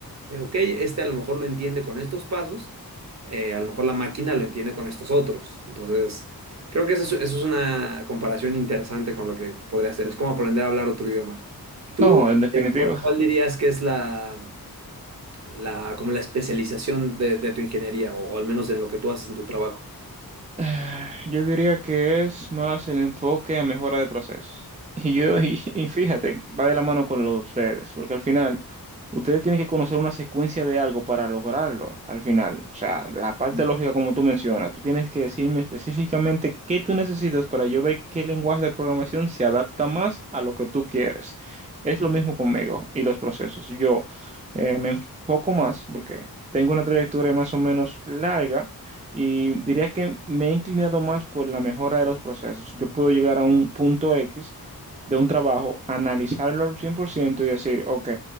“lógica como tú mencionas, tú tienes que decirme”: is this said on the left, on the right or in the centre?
Right